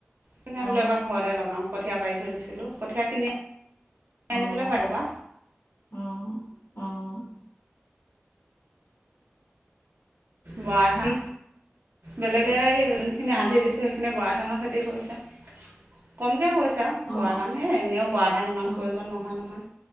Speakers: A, on the right; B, on the left.
A: সেইকাৰণে
B: অ
A: বোলো এইবাৰ ঘৰতে লগাও কঠীয়া পাৰি থৈ দিছিলো কঠীয়া কিনি
B: অ',
A: আনিবলৈ পাব পৰা
B: অ, অ,
A: বৰা ধান বেলেগে
B: জহ
A: যোনখিনি আন্ধি
B: অ
A: দিছো সেইখিনি বৰা ধানৰ খেতি কৰিছে কমকে কৰিছে <unintelligible>
B: অ
A: বৰা ধান এ এনেও বৰা ধান ইমান
B: অ
A: প্ৰয়োজন নহয় নহয়।